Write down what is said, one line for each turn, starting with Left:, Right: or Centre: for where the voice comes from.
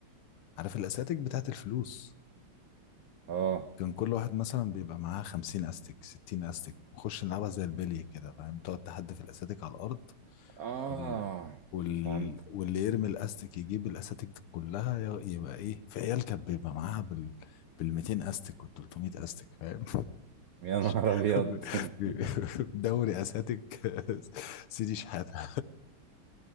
Left: عارف الاساتك بتاعت الفلوس
Right: اه
Left: كان كل واحد مثلا بيبقى معاه 50 استك 60 استك ونخش نلعبها زي البلي كده فاهم تقعد تحدف الاساتك على الارض
Right: اه
Left: وال... وال...
Right: فهمت
Left: واللي يرمي الاستك يجيب الاساتك دي كلها ي- يبقى ايه في عيال كانت بيبقى معاها بال بال 200 استك وال 300 استك فاهم
Right: يا نهار
Left: <laughs>
Right: ابيض <laughs>
Left: دوري اساتك <laughs> سيدي شحاته